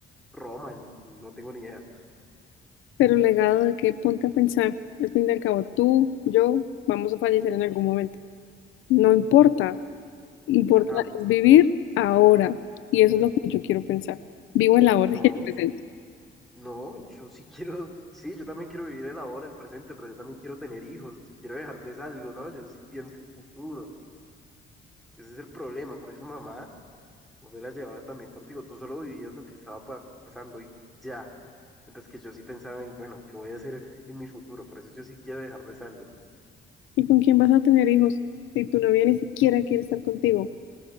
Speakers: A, in the centre; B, on the left.
A: Roma, en- no tengo ni idea.
B: Pero legado de qué, ponte a pensar. Al fin y al cabo, tú, yo, vamos a fallecer en algún momento. No importa. Importa
A: Ajá,
B: es vivir ahora. Y eso es lo que yo quiero pensar. Vivo el ahora
A: no.
B: y el presente.
A: No, yo sí quiero, sí, yo también quiero vivir el ahora, el presente, pero yo también quiero tener hijos, quiero dejarles algo, ¿no? Yo sí pienso en el futuro, que ese es el problema, por eso mamá no se la llevaba también contigo, tú solo vivías lo que estaba pa- pasando y ya, mientras que yo sí pensaba en, bueno, ¿qué voy a hacer en mi futuro? Por eso yo sí quiero dejarles algo.
B: ¿Y con quién vas a tener hijos si tu novia ni siquiera quiere estar contigo?